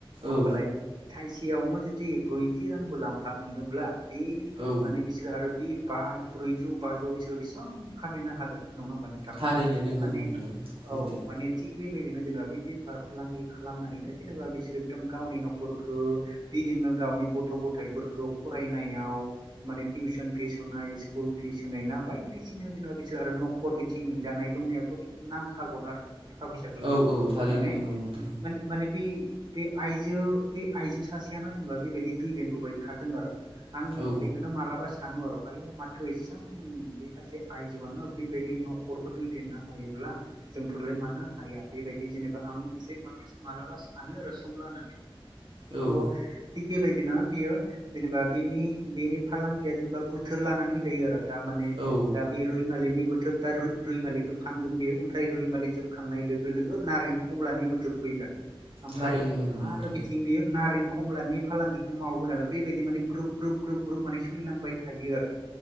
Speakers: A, on the right; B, on the right.
A: होमबालाय
B: औ
A: थाइसेयावनो जुदि ब्रैजि रां मुलाम्फा मोनोब्ला बे
B: औ
A: माने बिसोरो आरो बे बा ब्रैजौ बाजौ सोरो बेसां खामायनो हागोन नङा होमबा नोंथां
B: थारैनो नंगौ
A: माने
B: नोंथां सैथो
A: औ माने थिग बेबायदिनो जेनेबा बे बेफार फालांगि खालामनानैनो जेनेबा बिसोर एकदम गावनि न'खरखौ बिदिनो गावनि गथ' गथायफोरखौ फरायनायाव माने टिउसन फिस होनाय स्कुल फिस होनाय ना बायदिसिना जेनेबा बिसोर आरो न'खर बिथिं जानाय लोंनायावथ' बेखौ नांखागौनो आरो थाखा फैसाखौलाय
B: औ औ थारैनो
A: माने
B: नंगौ नोंथां
A: माने माने बे बे आइजो बे आइजो सासेयानो जेनेबा बेबायदि दैदेनबोबाय थादों आरो आं
B: औ
A: बेखौनो मालाबा सानो आरो' आयु माथो इसां बे सासे आइजोआनो बेबायदि न'खरखौ दैदेननो हायोब्ला जोंफोरलाय मानो हाया बेबायदि जेनेबा आं एसे माबास मालाबा सानो आरो सम लानानै
B: औ
A: थ' थिग बेबायदि बियो जेनेबा बेनि बेनि फालांगिया जेनेबा बोथोर लानानै जायो आरो दा माने
B: औ।
A: दा बे रैमालिनि बोथोर दा रै रैमालिखौ फानगोन बियो ओमफ्राय रैमालि जोबखांनाय लोगो लोगो नारें खमलानि बोथोर फैगोन ओमफ्राय
B: थारैनो नंगौ
A: आरो
B: नोंथां
A: बि बेयो नारें खमलानि फालांगिखौ मावगोन आरो बेबायदि माने ग्रोब ग्रोब ग्रोब ग्रोब माने सोलिलांबाय थायो आरो।